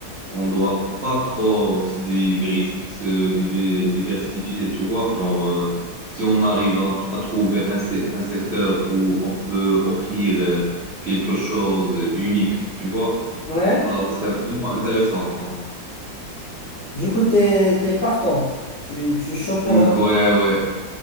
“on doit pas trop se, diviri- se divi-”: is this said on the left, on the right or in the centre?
Right